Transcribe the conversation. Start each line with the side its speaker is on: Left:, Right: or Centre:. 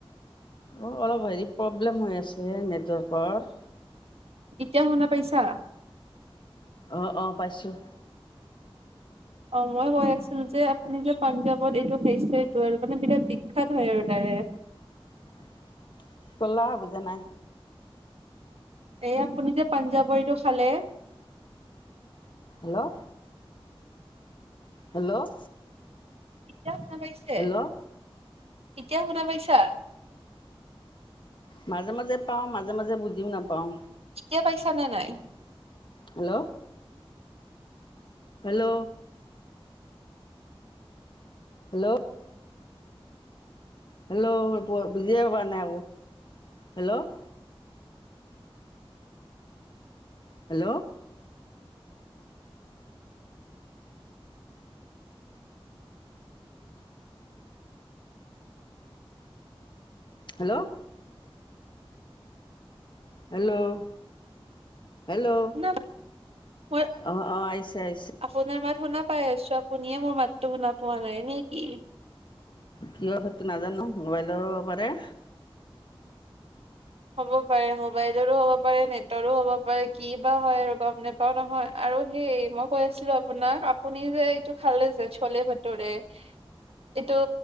Left: অ', অলপ হেৰি প্ৰব্লেম হৈ আছে নেটৱৰ্কৰ।
Right: এতিয়া শুনা পাইছা?
Left: অ', অ, পাইছোঁ।
Right: অ', মই কৈ আছো যে আপুনি যে পাঞ্জাৱত এইটো <unintelligible> আৰু মানে বিৰাট বিখ্যাত হয় আৰু তাত।
Left: <inaudible> কলা বুজা নাই।
Right: এই আপুনি যে পাঞ্জাৱৰ এইটো খালে।
Left: হেল্ল' হেল্ল'
Right: এতিয়া শুনা পাইছে?
Left: হেল্ল'
Right: এতিয়া শুনা পাইছা?
Left: মাজে মাজে পাওঁ মাজে মাজে বুজিও নাপাওঁ।
Right: এতিয়া পাইছা নে নাই?
Left: হেল্ল'। হেল্ল'। হেল্ল'। হেল্' বজিয়বা নে hello <inaudible> hello. Hello'' hello. Hello
Right: শুনা মই
Left: অ' অ' আহিছে আহিছে।
Right: আপোনাৰ মাত শুনা পাই আছো, আপুনিয়ে মোৰ মাতো শুনা পোৱা নাই নে কি?
Left: কি সটো নাজানো মোবাইলো পাৰে।
Right: হ'ব পাৰে মোবাইলৰো হ'ব পাৰে নেটৰো হ'ব পাৰে কি বা হয় আৰু গম নাপাও নহয়। আৰু সেই মই কৈ আছিলো আপোনাক আপুনি যে এইটো খালে যে চলে ভাতৰে এইটো